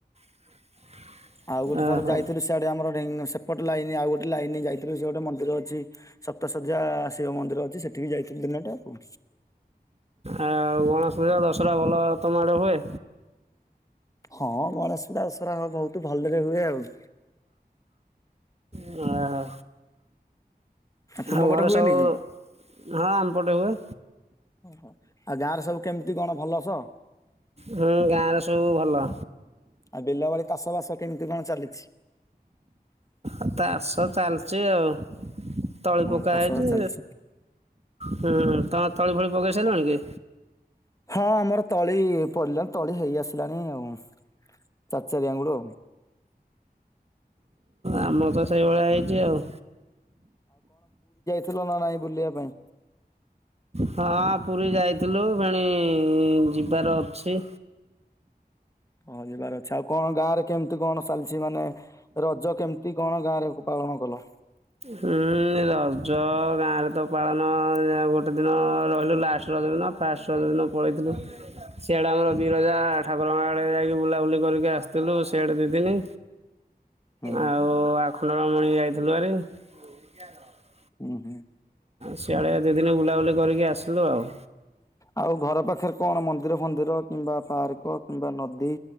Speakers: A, on the right; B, on the left.
A: <inaudible>
B: ଆଉ ଗୋଟେ
A: ଓହୋ
B: ଥର ଯାଇଥିଲୁ ସେଆଡେ ଆମଢ ସେପଟ ଲାଇନ ଆଉ ଗୋଟେ ଲାଇନ ଯାଇଥିଲୁ ସେ ଗଟେ ମନ୍ଦିର ଅଛି। ସପ୍ତସଯ୍ୟା ଶିବ ମନ୍ଦିର ଅଛି ସେଠି ବି ଯାଇଥିବି ଦିନଟେ ଆଉ।
A: ଆଉ ଗଣେଶ ପୂଜା ଦଶହରା ଭଲ ତମ ଆଡେ ହୁଏ?
B: ହଁ ଗଣେଶ ପୁରା ଆସର ବହୁତ ଭଲରେ ହୁଏ ଆଉ।
A: ଉଁ ଆ
B: ତୁମ
A: ଆଉ
B: ପଟେ
A: ଘରେ
B: ହୁଏନି
A: ସବୁ
B: କି?
A: ହଁ ଆମ୍ପଟେ ହୁଏ।
B: ଓହୋ ଆଉ ଗାଁରେ ସବୁ କେମିତି କଣ ଭଲସ
A: ହୁଁ ଗାଁରେ ସବୁ ଭଲ।
B: ଆଉ ବିଲ ବାଡି ଚାଷ ବାସ କେମିତି କଣ ଚାଲିଛି?
A: ଆଉ ଚାଷ ଚାଲିଛି ଆଉ ତଳି
B: ହଁ
A: ପକା
B: ଚାଷ
A: ହେଇଛି।
B: ବାସ ଚାଲିଛି
A: ହୁଁ ତମେ ତଳି ଫଳି ପକେଇ ସାରିଲଣି କି?
B: ହଁ ଆମର ତଳି ପଡିଲାଣି ତଳି ହେଇ ଆସିଲାଣି ଆଉ। ଚାଚାରିଆଙ୍ଗୁଳ ଆଉ
A: ଆମ ତ ସେଇଭଳିଆ ହେଇଛି ଆଉ।
B: ଥିଲ ନାହିଁ ବୁଲିବା ପାଇଁ
A: ହଁ ପୁରୀ ଯାଇଥିଲୁ ଭେଣି ଯିବାର ଅଛି।
B: ହଁ ଯିବାର ଅଛି ଆଉ କଣ ଗାଁ ରେ କେମିତି କଣ ଚାଲିଛି ମାନେ ରଜ କେମିତି କଣ ଗାଁରେ ପାଳନ କଲ?
A: ହୁଁ ରଜ ଗାଁ ରେ ତ ପାଳନ ଗୋଟେ ଦିନ ରହିଲୁ ଲାଷ୍ଟ ରଜ ଦିନ, ଫାଷ୍ଟ ରଜ ଦିନ ପଳେଇଥିଲୁ। ସିଆଡେ ଆମର ବିରଜା ଠାକୁରଙ୍କ ଆଡେ ଯାଇକି ବୁଲାବୁଲି କରିକି ଆସିଥିଲୁ ସିଆଡେ ଦିଦିନି
B: ହୁଁ
A: ଆଉ ଆଖଣ୍ଡଳମଣି ଯାଇଥିଲୁ ହାରି <unintelligible>
B: ହୁଁ ହୁଁ
A: ସିଆଡ଼େ ଦୁଇ ଦିନ ବୁଲାବୁଲି କରିକି ଆସିଲୁ ଆଉ
B: ଆଉ ଘର ପାଖରେ କଣ ମନ୍ଦିର ଫନ୍ଦିର କିମ୍ବା ପାର୍କ କିମ୍ବା ନଦୀ